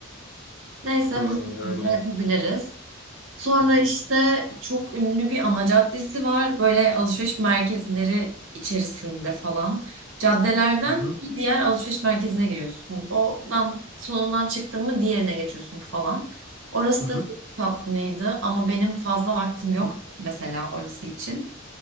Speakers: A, on the right; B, on the left.
A: Neyse
B: Hı,
A: bu şekilde
B: örnek.
A: yapabiliriz. Sonra
B: <laughs>
A: işte çok ünlü bir ana caddesi var. Böyle alışveriş merkezleri içerisinde falan. Caddelerden
B: Hı hı.
A: bir diğer alışveriş merkezine giriyorsun. Odan sonundan çıktın mı diğerine geçiyorsun falan. Orası
B: Hı hı.
A: da çok tatlıydı ama benim fazla vaktim yok
B: Hı
A: mesela orası için.